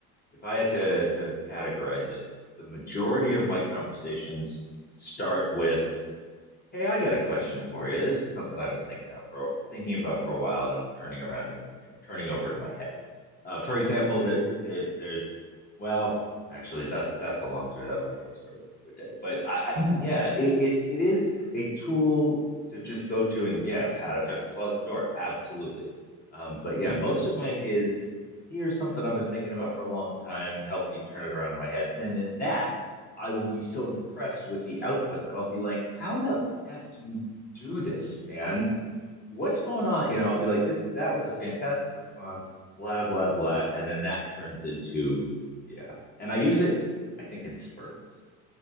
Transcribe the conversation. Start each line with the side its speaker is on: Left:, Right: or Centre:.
Left: if I had to to categorize it, the majority of my conversations start with Hey, I got a question for you. This is something I've been thinking out for thinking about for a while, and I'm turning around and you know turning over in my head. Uh, for example,
Right: mm,
Left: the, the, there's well, actually, that that's a long story. That might be a story for another day. But I, I
Right: <laughs>
Left: yeah, it, it's it is a tool to just go to and yeah, how to fix a closet door, absolutely. Um, but yeah,
Right: mm.
Left: most of mine is here's something I've been thinking about for a long time. Help me turn it around in my head, and then that. I will be so impressed with the output that I'll be like, how the f do you do this, man? What's going on? You know, I'll be like, this that was a fantastic response, blah, blah, blah. And then that turns into, yeah. And I use it, I think, in spurts.